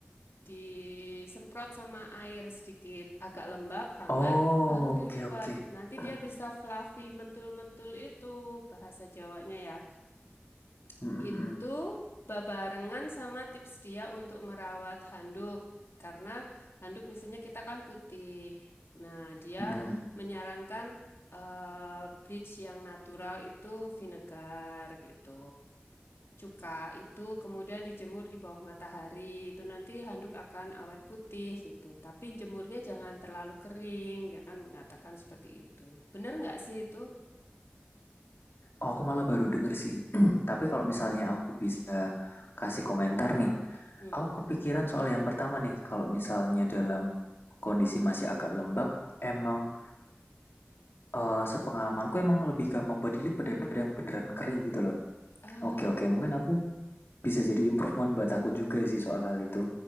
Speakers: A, on the left; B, on the left.
A: disemprot sama air sedikit agak lembab hangat
B: Oh,
A: baru dilipat
B: oke oke.
A: nanti
B: Hmm,
A: dia bisa fluffy mentul-mentul itu bahasa Jawanya ya
B: hmm,
A: itu
B: hmm,
A: babarengan sama tips dia untuk merawat handuk karena handuk misalnya kita kan putih nah dia
B: hmm, hmm.
A: menyarankan eh, bleach yang natural itu vinegar gitu cuka itu kemudian dijemur di bawah matahari. Itu nanti handuk akan awet putih gitu. Tapi jemurnya jangan terlalu kering. Dia kan mengatakan seperti itu. Bener nggak sih itu?
B: Oh, aku malah baru denger sih. <clears throat> Tapi kalau misalnya aku bisa kasih komentar nih,
A: Hmm.
B: aku kepikiran soal yang pertama nih. Kalau misalnya dalam kondisi masih agak lembab, emang eh, sepengalamanku emang lebih gampang body lip daripada yang beneran kering gitu loh.
A: Ah
B: Oke
A: ya.
B: oke, mungkin
A: <laughs>
B: aku bisa jadi improvement buat aku juga sih soal hal itu.